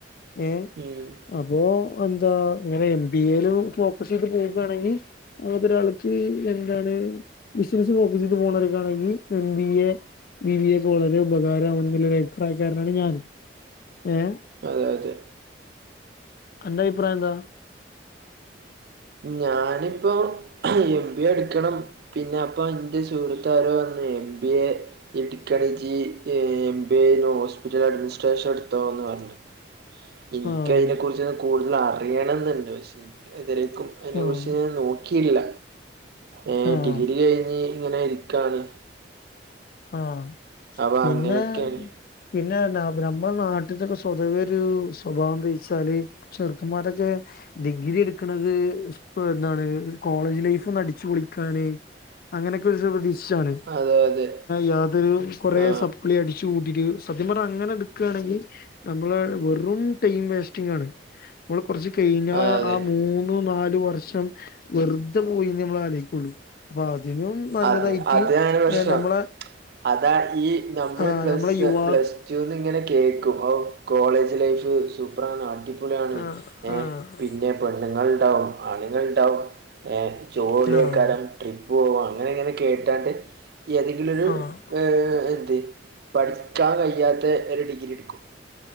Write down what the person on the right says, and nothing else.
ഉം
അതെ അതെ
ഞാനിപ്പം എം ബി എ ഇട്ക്കണം പിന്നെ അപ്പൊ എന്റെ സുഹൃത്താരോ പർഞ്ഞ് എം ബി എ ഇട്ക്കാണെങ്കി ഏ M B A hospital administration ഇട്ന്ന് പർഞ്ഞു. എനിക്കയ്നെ
കുർച്ച് കൂടുതൽ അറിയണംന്ന്ണ്ട് പക്ഷെ ഇത്‌ വരെക്കും അതിനെ
കുർച്ച് ഞാൻ നോക്കിയില്ല ഏ
ഡിഗ്രി കഴിഞ്ഞ് ഇങ്ങനെ ഇരിക്കാണ്
അപ്പൊ
അങ്ങനെയൊക്കെയാണ്
അതെ. അതെ
ആ
അതെ
അതെ അതാണ് പ്രശ്നം
അതാ ഈ നമ്മൾ
പ്ലസ്
പ്ലസ് ടു ന്ന് ഇങ്ങനെ കേക്കും അ കോളേജ് ലൈഫ് സു പ്രാണ് അടിപൊളിയാണ്
ഏഹ്
പിന്നെ പെണ്ണുങ്ങൾ ഉണ്ടാവും ആണുങ്ങൾ ഉണ്ടാവും ഏ ജോളിയേക്കാരം
ട്രിപ്പ് പോവും അങ്ങനെ ഇങ്ങനെ കേട്ടാണ്ട് ഏതെങ്കിലും ഒരു
ഏഹ് എന്ത് പഠിക്കാൻ കഴിയാത്ത ഒരു ഡിഗ്രി എടുക്കും.